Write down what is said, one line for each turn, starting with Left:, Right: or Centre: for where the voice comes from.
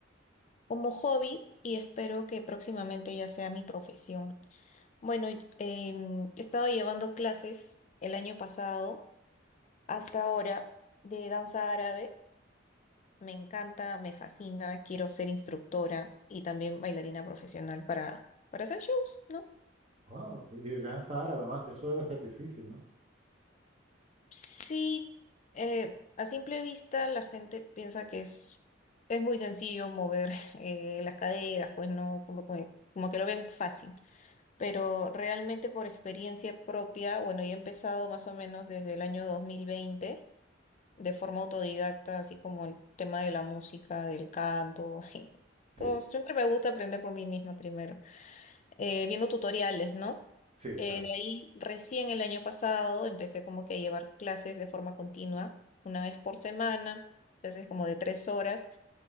Left: como hobby y espero que próximamente ya sea mi profesión. Bueno, y- em, he estado llevando clases el año pasado hasta ahora de danza árabe. Me encanta, me fascina, quiero ser instructora y también bailarina profesional para, para hacer shows, ¿no?
Right: Wow, y de danza árabe además, eso debe ser difícil, ¿no?
Left: Sí, eh, a simple vista la gente piensa que es, es muy sencillo mover <laughs> eh, las caderas, pues no, como, como, como que lo ven fácil, pero realmente por experiencia propia, bueno, yo he empezado más o menos desde el año 2020 de forma autodidacta, así como el tema de la música, del canto, <laughs>
Right: Sí,
Left: todos siempre me gusta aprender por mí misma primero eh, viendo tutoriales, ¿no?
Right: sí,
Left: Eh,
Right: claro.
Left: de ahí recién el año pasado empecé como que a llevar clases de forma continua, una vez por semana, clases como de tres horas,